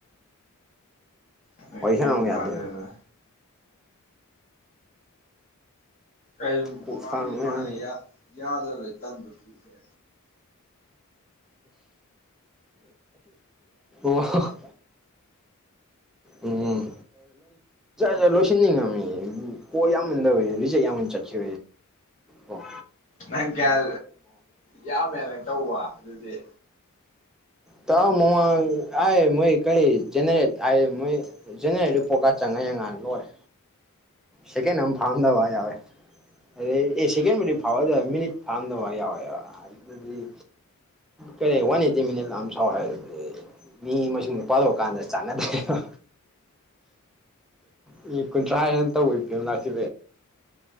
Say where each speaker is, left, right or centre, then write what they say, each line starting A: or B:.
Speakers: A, on the left; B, in the centre.
A: ꯑꯩꯏ
B: ꯋꯥꯔꯤ
A: ꯌꯥꯟ
B: ꯁꯥꯟꯅꯧ ꯌꯥꯗꯦꯕ
A: ꯇꯥꯗꯦꯗ ꯑꯩꯖꯨ
B: ꯀꯣꯛ
A: ꯃꯃꯥꯡꯒꯤ
B: ꯁꯥꯡ ꯃꯌꯥꯝ
A: ꯐꯥꯅꯤꯌꯥ ꯌꯥꯗꯕ꯭ꯔꯦ ꯇꯟꯗꯨ ꯄꯨꯈꯦ
B: ꯋꯥ <unintelligible> ꯎꯝ ꯇꯂꯣꯏꯁꯤꯟꯅꯤꯡꯉꯝꯃꯤ ꯀꫭꯜ ꯌꯥꯝꯃꯟꯗꯕꯩ ꯔꯤꯖꯦꯛ ꯌꯥꯝꯃꯟ ꯆꯠꯈꯤ ꯑꯣ
A: ꯅꯪ ꯀꯌꯥ ꯌꯥꯝ ꯑꯗꯨꯃꯥꯏ ꯇꯧꯕ ꯑꯗꯨꯗꯤ
B: ꯇ ꯃꯃꯥꯡ ꯑꯩ ꯃꯣꯏ ꯀꯔꯤ ꯖꯅꯦꯔꯦꯠ ꯍꯥꯏ ꯃꯣꯏ ꯖꯦꯅꯦꯔꯗ ꯄꯣꯔꯠꯀ ꯆꯪꯉ ꯌꯦꯡꯉꯥꯟ ꯂꯣꯏꯔꯦ ꯁꯦꯀ ꯑꯝ ꯐꯥꯝꯗꯕ ꯋꯥꯎꯑꯦ ꯑꯩꯗꯤ ꯑꯦ ꯁꯦꯀꯦꯟꯕꯨꯗꯤ ꯐꯥꯕ ꯑꯗꫭ ꯃꯤꯅꯤꯠ ꯐꯥꯔꯝꯗꯕ ꯌꯥꯎꯋꯦ ꯌꯥꯎꯋꯦ ꯑꯗꯨ ꯑꯗꯨꯗꯤ ꯀꯔꯤ ꯋꯥꯟ ꯑꯩꯠꯇꯤ ꯃꯤꯅꯤꯠ ꯂꯥꯝ ꯁꯥꯎ ꯍꯥꯏꯔ ꯃꯤ ꯃꯁꯤꯡꯗꫭ ꯄꯥꯊꫭ ꯀꯥꯟꯗ ꯆꯥꯟꯅꯗꯦꯕ ꯃꯤꯅꯤꯠ ꯀꯨꯟꯊ꯭ꯔꯥ ꯍꯦꯟꯅ ꯇꯧꯕ ꯏꯕꯅꯥꯁꯤ